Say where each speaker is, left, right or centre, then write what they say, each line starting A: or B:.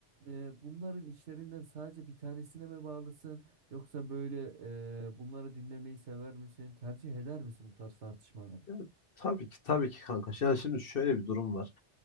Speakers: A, on the right; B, on the left.
A: e, bunların içlerinden sadece bir tanesine mi bağlısın yoksa böyle e, bunları dinlemeyi sever misin tercih eder misin bu tarz tartışmaları?
B: Yani tabii ki tabii ki kanka. Yani şimdi şöyle bir durum var.